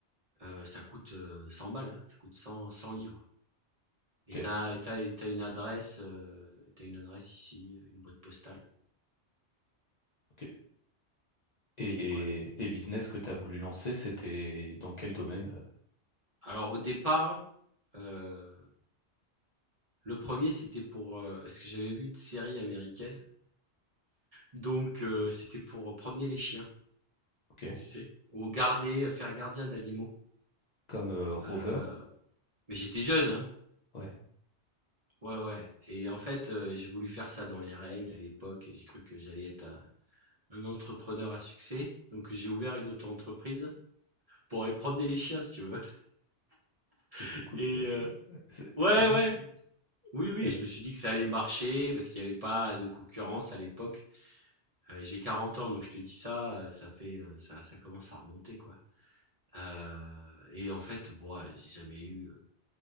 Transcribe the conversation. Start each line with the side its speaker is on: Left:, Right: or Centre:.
Right: heu, ça coûte, heu, 100 balles, hein, ça coûte 100-100 £.
Left: Ok,
Right: Et t'as, et t'as, as et tu une adresse, heu, tu une adresse ici, euh, une boîte postale.
Left: ok. Et les,
Right: Ouais.
Left: les business que tu as voulu lancer, c'était dans quel domaine? euh,
Right: Alors au départ, heu, le premier c'était pour, heu, parce que j'avais vu une série américaine, donc heu, c'était pour promener les chiens,
Left: Ok.
Right: tu sais? Ou garder, euh, faire gardien d'animaux.
Left: Comme euh, Rover?
Right: Heu, mais j'étais jeune, hein.
Left: Ouais.
Right: Ouais, ouais. Et en fait, euh, j'ai voulu faire ça dans les règles à l'époque. J'ai cru que j'allais être un, un entrepreneur à succès. Donc, j'ai ouvert une auto-entreprise pour aller promener les chiens, si tu veux.
Left: Et
Right: <laughs>
Left: c'est cool,
Right: Et
Left: euh, c'est
Right: euh,
Left: c'est-
Right: ouais,
Left: c'est pas mal.
Right: ouais. Oui, oui.
Left: Euh,
Right: Je me suis dit que ça allait marcher parce qu'il n'y avait pas de concurrence à l'époque. Euh, j'ai 40 ans, donc je te dis ça, euh, ça fait, euh, ça, ça commence à remonter, quoi. Euh, et en fait, bon, ouais, j'ai jamais eu